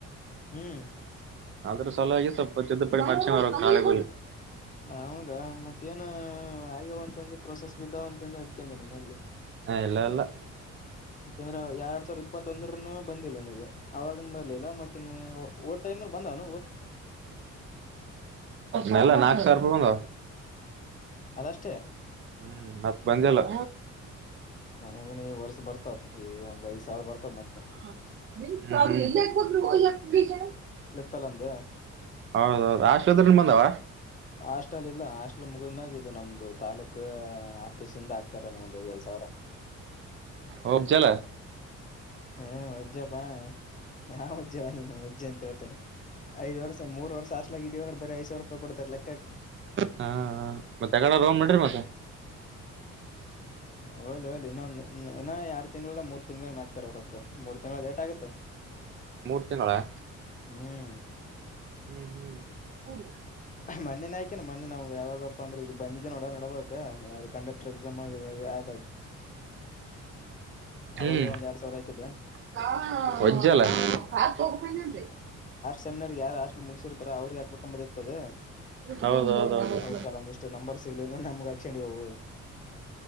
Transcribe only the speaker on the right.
ಆದ್ರೆ ಸಲ ಆಗಿ ಸ್ವಲ್ಪ ತಿದ್ದುಪಡಿ ಮಾಡ್ಚಿರಕ್ ನಾಳೆ
ಹ ಇಲ್ಲ ಇಲ್ಲ.
ನೆಲ್ಲ ನಾಕು ಸಾವಿರೂಪಾಯ್ ಬಂದಾವು.
ಹ್ಮ್ ಮತ್ತ್ ಬಂದಿಲ್ಲ.
<unintelligible>
ಹೌದೌದು ಆಶ್ಲದಿಂದು ಬಂದಾವ?
ಓ ಚಲ್ಲ.
ಹಾ ಮತ್ತೆ <unintelligible> ನಡ್ರಿ ಮತ್ತೆ
ಮೂರು ತಿಂಗಳಾ?
ಹ್ಮ್ ಹ್ಮ್
ಹ್ಮ್
<unintelligible>
ಹೌದೌದೌದು